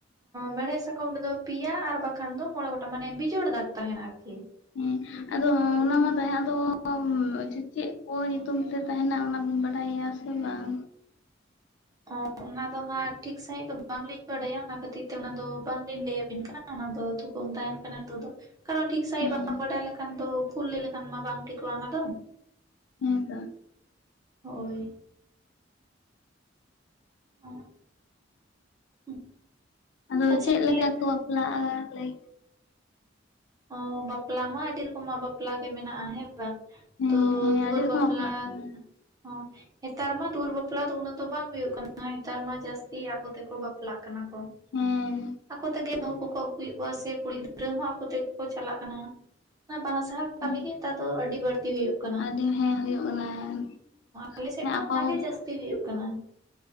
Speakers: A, on the right; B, on the left.
A: ᱢᱮᱲᱦᱮᱫ ᱥᱟᱠᱚᱢ ᱨᱮ ᱫᱚ ᱯᱮᱭᱟ ᱟᱨ ᱵᱟᱠᱷᱟᱱ ᱫᱚ ᱢᱚᱬᱮᱸ ᱜᱚᱴᱟᱝ ᱢᱟᱱᱮ ᱵᱤᱡᱳᱚᱲ ᱫᱟᱜᱽ ᱛᱟᱦᱮᱱᱟ ᱟᱨᱠᱤ ᱾
B: ᱦᱮᱸ, ᱟᱫᱚ ᱚᱱᱟ ᱢᱟ ᱛᱟᱦᱮᱸ ᱟᱫᱚ ᱪᱮᱫ ᱠᱚ ᱧᱩᱛᱩᱢ ᱛᱮ ᱛᱟᱦᱮᱱᱟ ᱚᱱᱟ ᱵᱤᱱ ᱵᱟᱰᱟᱭᱟ ᱥᱮ ᱵᱟᱝ?
A: ᱚ, ᱚᱱᱟ ᱫᱚ ᱦᱟᱸᱜ ᱴᱷᱤᱠ ᱥᱺᱦᱤᱡ ᱫᱚ ᱵᱟᱝᱞᱤᱧ ᱵᱟᱰᱟᱭᱟ, ᱚᱱᱟ ᱠᱷᱟᱹᱛᱤᱨ ᱛᱮ ᱚᱱᱟ ᱫᱚ ᱵᱟᱝᱞᱤᱧ ᱞᱟᱹᱭᱟᱵᱤᱱ ᱠᱟᱱᱟ ᱾ ᱚᱱᱟ ᱫᱚ ᱛᱷᱩᱠᱩᱢ ᱛᱟᱦᱮᱱ ᱠᱟᱱᱟ ᱱᱤᱛᱚᱜ ᱫᱚ ᱾ ᱠᱟᱨᱚᱱ ᱴᱷᱤᱠ ᱥᱟᱺᱦᱤᱡ
B: ᱦᱮᱸ
A: ᱵᱟᱝ ᱵᱟᱰᱟᱭ ᱞᱮᱠᱷᱟᱱ ᱫᱚ, ᱵᱷᱩᱞ ᱞᱟᱹᱭ ᱞᱮᱠᱷᱟᱱ ᱢᱟ ᱵᱟᱝ ᱴᱷᱤᱠᱚᱜᱼᱟ ᱚᱱᱟ ᱫᱚ ᱾
B: ᱦᱮᱸ ᱛᱚ ᱾
A: ᱦᱳᱭ ᱾ ᱚ, ᱦᱩᱸ,
B: ᱟᱫᱚ
A: ᱟᱪᱪᱷᱟ
B: ᱪᱮᱫ
A: ᱛᱟᱦᱚᱞᱮ
B: ᱞᱮᱠᱟ ᱠᱚ ᱵᱟᱯᱞᱟᱜᱼᱟ ᱞᱟᱹᱭ
A: ᱚ, ᱵᱟᱯᱞᱟ ᱢᱟ ᱟᱹᱰᱤ ᱨᱚᱠᱚᱢᱟᱜ ᱵᱟᱯᱞᱟ ᱜᱮ ᱢᱮᱱᱟᱜᱼᱟ ᱦᱮᱸ ᱾ ᱵᱟᱝ
B: ᱦᱮᱸ
A: ᱛᱚ
B: ᱦᱮᱸ
A: ᱫᱩᱣᱟᱹᱨ
B: ᱟᱹᱰᱤ ᱨᱚᱠᱚᱢ
A: ᱵᱟᱯᱞᱟ
B: ᱵᱟᱯᱞᱟᱜ ᱠᱟᱱᱟ
A: ᱦᱚᱸ, ᱱᱮᱛᱟᱨ ᱢᱟ ᱫᱩᱣᱟᱹᱨ ᱵᱟᱯᱞᱟ ᱫᱚ ᱩᱱᱟᱹᱜ ᱫᱚ ᱵᱟᱝ ᱦᱩᱭᱩᱜ ᱠᱟᱱᱟ ᱾ ᱱᱮᱛᱟᱨ ᱢᱟ ᱡᱟᱹᱥᱛᱤ ᱟᱠᱚ ᱛᱮᱠᱚ ᱵᱟᱯ ᱵᱟᱯᱟᱞᱟᱜ ᱠᱟᱱᱟ ᱠᱚ
B: ᱦᱮᱸ
A: ᱟᱠᱚ ᱛᱮᱜᱮ ᱵᱟᱦᱩ ᱠᱚ ᱟᱹᱜᱩᱭᱮᱫ ᱠᱚᱣᱟ, ᱥᱮ ᱠᱩᱲᱤ ᱜᱤᱫᱽᱨᱟᱹ ᱦᱚᱸ ᱟᱠᱚ ᱛᱮ ᱠᱚ ᱪᱟᱞᱟᱜ ᱠᱟᱱᱟ, ᱚᱱᱟ ᱵᱟᱦᱟ ᱥᱟᱸᱦᱟ
B: ᱦᱮᱸ
A: ᱠᱟᱹᱢᱤ ᱜᱮ ᱱᱮᱛᱟᱨ ᱫᱚ ᱟᱹᱰᱤ ᱵᱟᱹᱲᱛᱤ ᱦᱩᱭᱩᱜ ᱠᱟᱱᱟ ᱾
B: ᱟᱹᱰᱤ ᱦᱮᱸ ᱦᱩᱭᱩᱜ ᱠᱟᱱᱟ
A: ᱟᱞᱮ ᱥᱮᱫ ᱢᱟ
B: ᱟᱠᱚ
A: ᱚᱱᱟᱜ
B: ᱠᱚ
A: ᱜᱮ ᱡᱟᱹᱥᱛᱤ ᱦᱩᱭᱩᱜ ᱠᱟᱱᱟ᱾